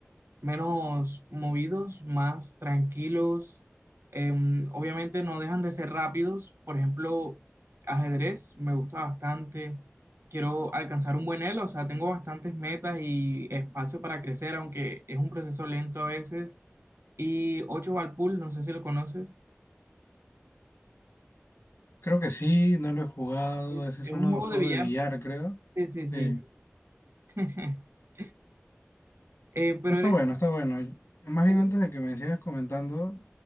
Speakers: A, on the right; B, on the left.
A: menos movidos, más tranquilos. Em, obviamente no dejan de ser rápidos. Por ejemplo, ajedrez me gusta bastante. Quiero alcanzar un buen elo, o sea, tengo bastantes metas y espacio para crecer, aunque es un proceso lento a veces. Y ocho Ball Pool, no sé si lo conoces.
B: Creo que sí, no lo he jugado.
A: Es,
B: Ese es
A: es
B: uno
A: un juego
B: de juego
A: de billar.
B: de billar, creo.
A: Sí, sí, sí.
B: Sí.
A: <laughs> Eh, pero
B: Ah, Está
A: eres,
B: bueno, está bueno. Más
A: eres
B: bien antes de que me sigas comentando,